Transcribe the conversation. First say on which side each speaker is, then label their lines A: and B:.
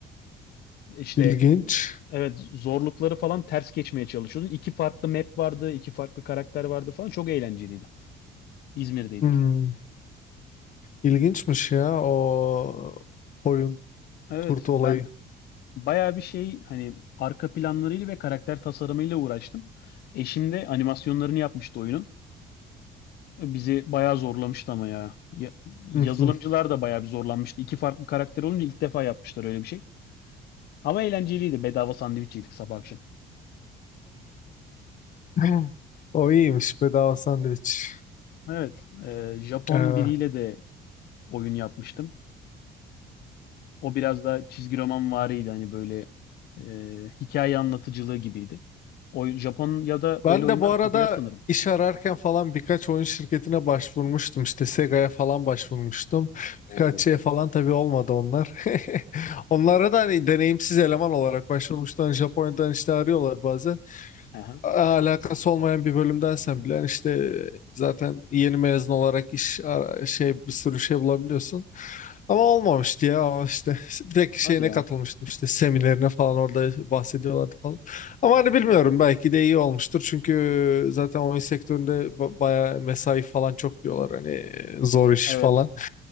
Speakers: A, on the left; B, on the left.
A: İşte
B: İlginç.
A: evet zorlukları falan ters geçmeye çalışıyordun. İki farklı map vardı, iki farklı karakter vardı falan. Çok eğlenceliydi. İzmir'deydik.
B: Hmm. İlginçmiş ya o koyun
A: Evet,
B: kurt olayı.
A: ben bayağı bir şey hani arka planlarıyla ve karakter tasarımıyla uğraştım. Eşim de animasyonlarını yapmıştı oyunun. Bizi bayağı zorlamıştı ama ya. Ya- Yazılımcılar
B: Hı hı.
A: da bayağı bir zorlanmıştı. İki farklı karakter olunca ilk defa yapmışlar öyle bir şey. Ama eğlenceliydi. Bedava sandviç yedik sabah akşam.
B: <laughs> O iyiymiş bedava sandviç.
A: Evet, e, Japon
B: Ee,
A: biriyle de oyun yapmıştım. O biraz daha çizgi roman variydi hani böyle e, hikaye anlatıcılığı gibiydi. O Japonya'da
B: ben
A: öyle oyunlar
B: de bu arada
A: popüler sanırım.
B: iş ararken falan birkaç oyun şirketine başvurmuştum. İşte Sega'ya falan başvurmuştum.
A: Oo.
B: Birkaç şey falan tabii olmadı onlar. <laughs> Onlara da hani deneyimsiz eleman olarak başvurmuştum. Hani Japonya'dan işte arıyorlar bazen.
A: Aha.
B: alakası olmayan bir bölümdensen bile hani işte zaten yeni mezun olarak iş ara- şey bir sürü şey bulabiliyorsun. Ama olmamıştı ya o işte <laughs> bir tek şeyine
A: Hadi ya.
B: katılmıştım işte seminerine falan orada bahsediyorlardı falan. Ama hani bilmiyorum belki de iyi olmuştur çünkü zaten oyun sektöründe ba- bayağı mesai falan çok diyorlar hani zor iş
A: Evet.
B: falan.